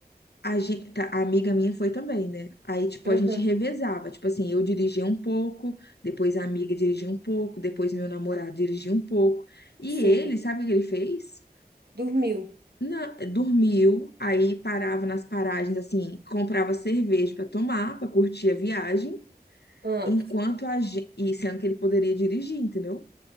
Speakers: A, on the left; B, on the right.
A: a gente, a amiga minha foi também, né? Aí tipo
B: Aham,
A: a gente revezava, tipo assim, eu dirigia um pouco, depois a amiga dirigia um pouco, depois meu namorado dirigia um pouco. E
B: sim.
A: ele, sabe o que ele fez?
B: Dormiu.
A: Na- dormiu, aí parava nas paragens assim, comprava cerveja pra tomar, pra curtir a viagem,
B: Ah,
A: enquanto a gente, e sendo que ele poderia dirigir, entendeu?